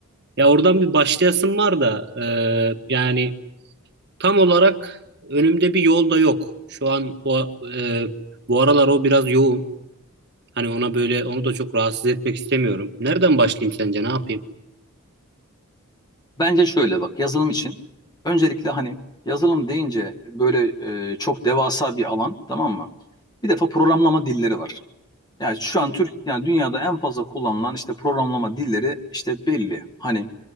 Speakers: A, on the right; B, on the left.
A: Ya oradan bir başlayasım var da e, yani Tam olarak önümde bir yol da yok. Şu an o e, bu aralar o biraz yoğun. Hani ona böyle onu da çok rahatsız etmek istemiyorum. Nereden başlayayım sence? Ne yapayım?
B: Bence şöyle bak yazılım için öncelikle hani yazılım deyince böyle e, çok devasa bir alan tamam mı? Bir defa programlama dilleri var. Yani şu an Türk yani dünyada en fazla kullanılan işte programlama dilleri işte belli. Hani